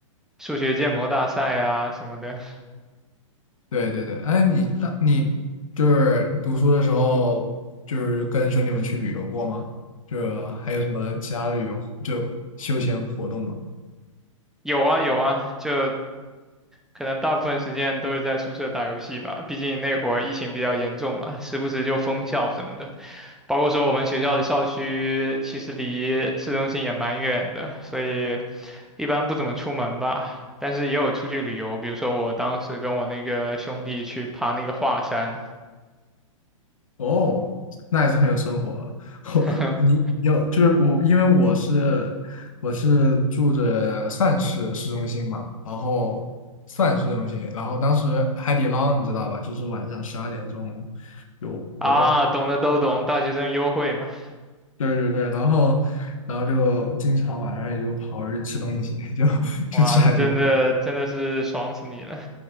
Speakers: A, in the centre; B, on the left (about 80°).
A: 数学建模大赛啊什么的，
B: 对对对，哎，你当你就是读书的时候，就是跟兄弟们去旅游过吗？就还有什么其他的旅游就休闲活动吗？
A: 有啊有啊，就可能大部分时间都是在宿舍打游戏吧，毕竟那会儿疫情比较严重嘛，时不时就封校什么的。包括说我们学校的校区其实离市中心也蛮远的，所以一般不怎么出门吧。但是也有出去旅游，比如说我当时跟我那个兄弟去爬那个华山
B: 哦，那还是很有生活 <laughs>
A: <laughs>
B: 哦，你有就是我，因为我是我是住着算是市中心嘛，然后算市中心，然后当时海底捞你知道吧，就是晚上十二点钟有活动，
A: 啊，懂的都懂，大学生优惠嘛，
B: 对对对，然后然后就经常晚上也就跑出去吃东西，就 <laughs>
A: 哇，
B: 去吃海底捞。
A: 那真的真的是爽死你了。